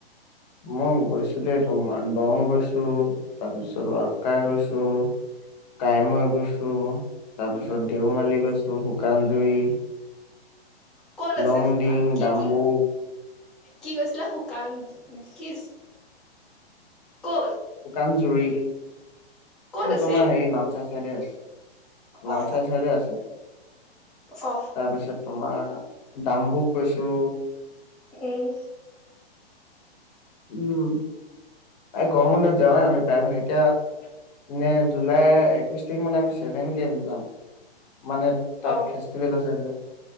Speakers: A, on the left; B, in the centre.
A: মই গৈছো দেই তোমাৰ দ গৈছো তাৰপিছত আকাৰ গৈছো কাইমৈ গৈছো তাৰ
B: উম
A: পিছত দেওমালি
B: উম
A: গৈছো শুকান দুই
B: ক'ত
A: লংডিং
B: আছে শুকান কি
A: দাম্বুক
B: কি কি কৈছিলা কান কি ক'ত
A: শুকান জুৰি এইটো
B: ক'ত আছে
A: তোমাৰ হেৰি নাম চাই দে আছে নামচাই
B: অ
A: চাইদে আছে
B: অ
A: তাৰপিছত তোমাৰ ডাম্বোক গৈছো
B: উম
A: উম এই গৰমবন্ধত যাৱয়েই আমি প্ৰায়ভাগ এতিয়া নে জুলাই একৈশ তাৰিখ মানে আমি ছেভেন কে এম যাম মানে তাত
B: অ
A: ফেষ্টিভেল আছে